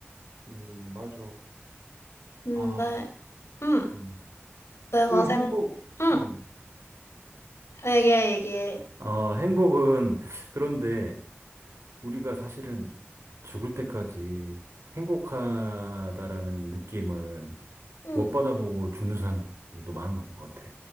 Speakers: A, on the right; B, on the left.
A: 음, 맞아.
B: 근데,
A: 아,
B: 응,
A: 음,
B: 내가
A: 그
B: 생,
A: 행복,
B: 응,
A: 음,
B: 얘기해, 얘기해.
A: 어, 행복은 그런데 우리가 사실은 죽을 때까지 행복하다라는 느낌을
B: 응.
A: 못 받아보고 죽는 사람들도 많은 것 같아.